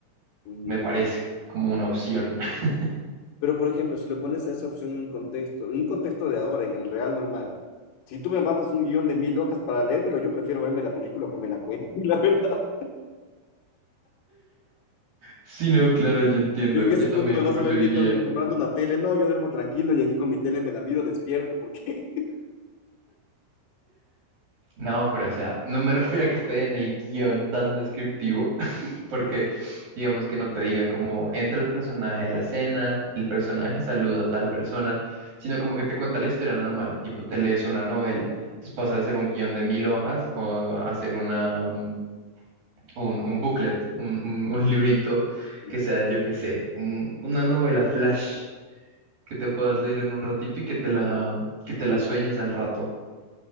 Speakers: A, on the left; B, on the right.
A: Mm.
B: me parece como una opción. <laughs>
A: Pero, por ejemplo, si lo pones a esa opción en un contexto, en un contexto de ahora, en el real normal, si tú me mandas un guión de mil hojas para leérmelo, yo prefiero verme la película que me la cuenten, <laughs> la verdad.
B: Sí, no, claro, yo entiendo,
A: En
B: yo
A: ese
B: también
A: punto me
B: lo
A: vas
B: preferiría.
A: a ver viendo, comprando una tele. No, yo duermo tranquilo y aquí con mi tele me la miro despierto, porque
B: No, pero o sea, no me refiero a que te den el guión tan descriptivo, Porque digamos que no te digan como entra el personaje a la escena, el personaje saluda a tal persona, sino como que te cuenta la historia normal, tipo te lees una novela. Entonces pasa de ser un guión de mil hojas o a ser una, mm, un, un booklet, un, un- un <laughs> librito
A: <laughs>
B: que sea, yo qué sé, un- una novela flash que te puedas leer en un ratito y que te la, que te la sueñes al rato.